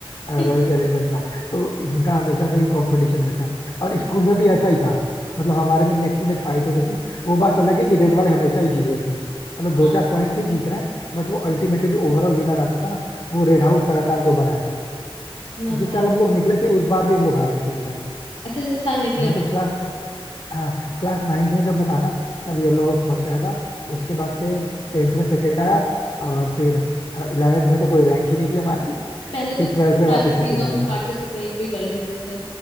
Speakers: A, on the left (about 50°); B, on the left (about 75°).
A: रॉयल
B: <laughs>
A: चैलेंजर्स का तो इनका हमेशा से ही कंपटीशन रहता है और स्कूल में भी ऐसा ही था मतलब हमारे में नेक टू नेक फाइट होती थी वो बात अलग है कि रेड वाले हमेशा ही जीत गए थे मतलब दो
B: हाँ
A: चार पॉइंट से ही जीत रहे हैं बट वो अल्टीमेटली जो ओवरऑल विनर आता था ना वो रेड हाउस लगातार दो बार आया था
B: मजा
A: जिस साल
B: आता
A: हम लोग निकले थे उस बार भी हम लोग हार गए थे इनफैक्ट
B: अच्छा जैसे साल निकले
A: मैं
B: थे
A: जब
B: आप?
A: क्लास हाँ क्लास नाइन्थ में जब मैं था ना तब येलो हाउस फर्स्ट आया था उसके बाद से टेंथ में सेकंड आया और फिर इलेवेंथ में तो कोई रैंक ही नहीं थी हमारी
B: पहले तो
A: फिर ट्वेल्थ
B: कितनी
A: में
B: सारी
A: वापस
B: चीजों
A: सेकंड आया
B: में
A: था
B: पार्टिसिपेट भी कर लेते थे